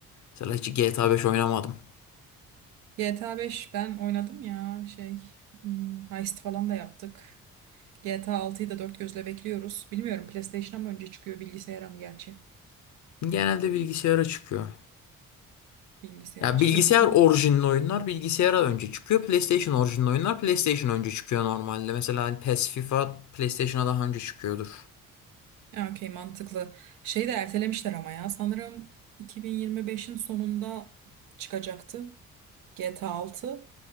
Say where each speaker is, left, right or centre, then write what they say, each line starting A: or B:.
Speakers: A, on the left (about 45°); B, on the right (about 50°).
A: Mesela hiç GTA 5 oynamadım.
B: GTA 5 ben oynadım ya şey hmm, heist falan da yaptık. GTA 6'yı da dört gözle bekliyoruz. Bilmiyorum PlayStation'a mı önce çıkıyor bilgisayara mı gerçi?
A: Genelde bilgisayara çıkıyor.
B: Bilgisayara
A: Ya
B: çıkıyorsa.
A: bilgisayar orijinli oyunlar bilgisayara önce çıkıyor. PlayStation orijinli oyunlar PlayStation önce çıkıyor normalde. Mesela hani PES, FIFA PlayStation'a daha önce çıkıyordur.
B: Ya okey mantıklı. Şeyi de ertelemişler ama ya sanırım 2025'in sonunda çıkacaktı. GTA 6